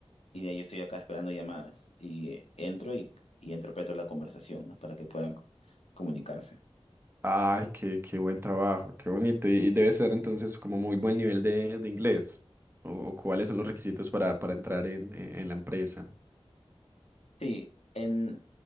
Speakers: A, on the left (about 85°); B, on the right (about 20°).
A: Y de ahí yo estoy acá esperando llamadas y eh, entro y, y interpreto la conversación, ¿no? Para que puedan comunicarse.
B: Ay, qué, qué buen trabajo, qué bonito. Y, y debe ser entonces como muy buen nivel de, de inglés. O, o cuáles son los requisitos para, para entrar en, en, en la empresa.
A: Sí, en